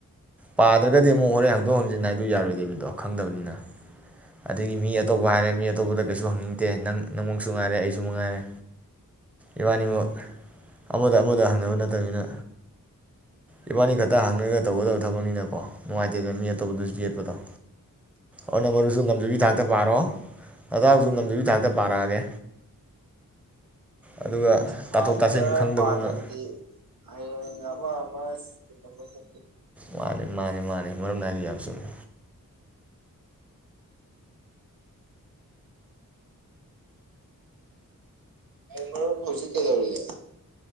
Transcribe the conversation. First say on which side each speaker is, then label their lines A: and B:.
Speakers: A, in the centre; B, on the right.
A: ꯄꯥꯗ꯭ꯔꯒꯗꯤ ꯑꯃꯨꯛ ꯍꯣꯔꯦꯟ ꯍꯥꯡꯗꯣꯛ ꯍꯥꯡꯖꯤꯟ ꯍꯥꯏ ꯑꯗꯨ ꯌꯥꯔꯣꯏꯗꯣꯏꯅꯤꯗꯣ ꯈꯪꯗꯕꯅꯤꯅ ꯑꯗꯒꯤ ꯃꯤ ꯑꯇꯣꯞꯄ ꯍꯥꯏꯔꯦ ꯃꯤ ꯑꯇꯣꯞꯄꯗ ꯀꯩꯁꯨ ꯍꯪꯅꯤꯡꯗꯦ ꯅꯪ ꯅꯪꯃꯛꯁꯨ ꯉꯥꯏꯔꯦ ꯑꯩꯁꯨ ꯉꯥꯏꯔꯦ ꯏꯕꯥꯅꯤꯃꯛ ꯑꯃꯗ ꯑꯃꯗ ꯍꯪꯅꯕ ꯅꯠꯇꯕꯅꯤꯅ ꯏꯕꯥꯅꯤ ꯈꯛꯇ ꯍꯪꯅꯔꯒ ꯇꯧꯒꯗꯕ ꯊꯕꯛꯅꯤꯅꯀꯣ ꯅꯨꯡꯉꯥꯏꯇꯦꯗꯅ ꯃꯤ ꯑꯇꯣꯞꯄꯗꯁꯨ ꯌꯦꯠꯄ ꯗꯣ ꯑꯣ ꯅ ꯃꯔꯨꯁꯨ ꯉꯝꯖꯕꯤ ꯊꯥꯛꯇ ꯄꯥꯔꯛꯑꯣ ꯑꯗꯥꯁꯨ ꯉꯝꯖꯕꯤ ꯊꯥꯛꯇ ꯄꯥꯔꯛꯑꯒꯦ ꯑꯗꯨꯒ
B: ꯄ
A: ꯇꯥꯊꯣꯛ ꯇꯥꯁꯤꯟ
B: ꯈꯔ
A: ꯈꯪꯗꯕꯗꯨꯅ
B: ꯄꯥꯗ꯭ꯔꯕꯗꯤ ꯑꯍꯡ ꯑꯃ ꯑꯃ ꯑꯗꯨꯣꯏ ꯆꯦ
A: ꯃꯥꯅꯤ ꯃꯥꯅꯤ ꯃꯥꯅꯤ ꯃꯔꯝ ꯅꯥꯏꯗꯤ ꯌꯥꯝ ꯆꯨꯝꯃꯤ
B: ꯃꯔꯨꯞꯄꯨ ꯍꯧꯖꯤꯛ ꯀꯩꯗꯧꯔꯤꯒꯦ